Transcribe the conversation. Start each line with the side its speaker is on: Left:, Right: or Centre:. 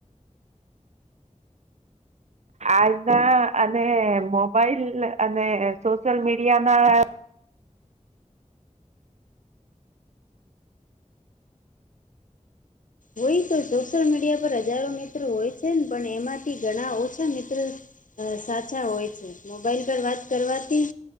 Right: આજના અને મોબાઈલ અને સોશિયલ મીડિયા ના
Left: હોય તો સોશિયલ મીડિયા પર હજારો મિત્ર હોય છે પણ એમાંથી ઘણા ઓછા મિત્ર સાચા હોય છે મોબાઈલ પર વાત કરવાથી..